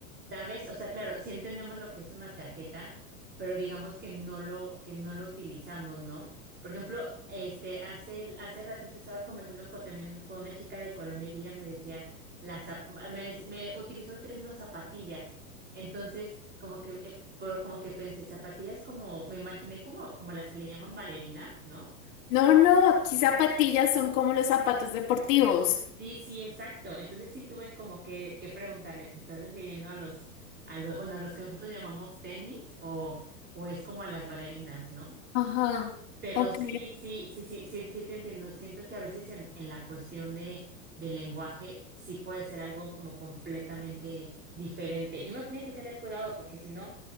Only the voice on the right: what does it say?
sabes, o sea, claro, sí entendemos lo que es una chaqueta, pero digamos que no lo, que no lo utilizamos, ¿no? Por ejemplo, este, hace, hace ratito estaba conversando con, también con una chica de Colombia y ella me decía, la, zap- me, dec- me utilizó el término zapatillas. Entonces, como que, eh, por- como que pensé, zapatillas como, me imaginé como, como las que le llaman bailarinas, ¿no?
Sí, sí, exacto. Entonces sí tuve como que, que preguntarle, ¿te estás refiriendo a los, a lo- bueno, a los que nosotros llamamos tenis o, o es como a las bailarinas, ¿no?
Pero
sí, sí, sí, sí, sí, sí te entiendo. Siento que a veces en, en la cuestión de, del lenguaje sí puede ser algo como completamente diferente. Y uno tiene que tener cuidado porque si no,